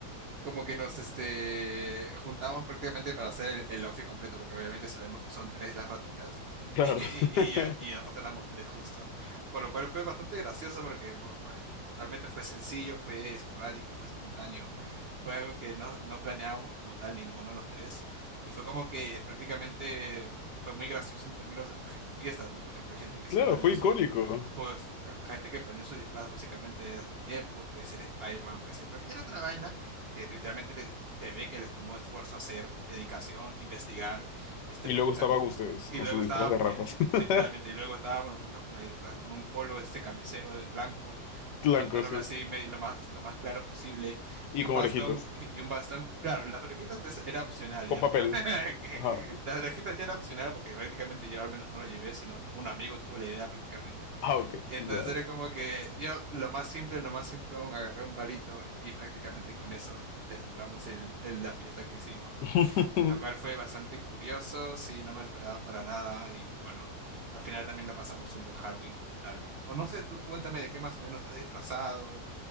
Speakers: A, on the right (about 80°); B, on the left (about 80°).
A: como que nos este, juntamos prácticamente para hacer el, el outfit completo, porque obviamente sabemos que son tres las ratitas
B: Claro,
A: <laughs> y, y,
B: <laughs>
A: ya- y nosotros éramos tres justo. Por lo cual fue bastante gracioso porque bueno, fue- totalmente fue sencillo, fue esporádico, fue espontáneo, fue algo que no, no planeábamos como tal ninguno de los tres y fue como que prácticamente... Fue muy gracioso en términos de, por ejemplo, fiestas, ¿no? Por ejemplo, hay gente que
B: claro,
A: sí planeó
B: fue icónico.
A: su, pues ca- gente que planeó su disfraz básicamente desde hace tiempo, puede ser Spider-Man, puede ser cualquier otra vaina, que literalmente les- se ve que les tomó esfuerzo hacer, dedicación, investigar, este,
B: Y
A: porque
B: luego
A: tam-
B: estaba ustedes
A: y
B: con
A: luego
B: su
A: estaba,
B: disfraz de rapas,
A: y- <laughs> li-
B: <laughs>
A: literalmente, y luego estábamos nosotros con el disfraz, con un polo, este camisero de blanco, un
B: blanco,
A: pantalón
B: sí,
A: así, me- lo más, lo más claro posible,
B: y
A: y un
B: con
A: bastón,
B: orejitas,
A: <laughs> y un bastón, claro, las orejitas es- era opcional
B: con
A: ya,
B: papel.
A: pero <laughs> que
B: Ajá.
A: las orejitas ya era opcional porque prácticamente yo al menos no lo llevé, sino un amigo tuvo la idea prácticamente.
B: Ah, ok,
A: Y entonces
B: ya.
A: era como que yo, lo más simple, lo más simplón, agarré un palito y prácticamente con eso deslumbramos el, el- la fiesta que hicimos, ¿no?
B: <laughs>
A: Lo cual fue bastante curioso, sí, no me lo esperaba para nada y bueno, al final también lo pasamos un buen Halloween como tal, ¿no? O no sé, tú cuéntame de qué más o menos estás disfrazado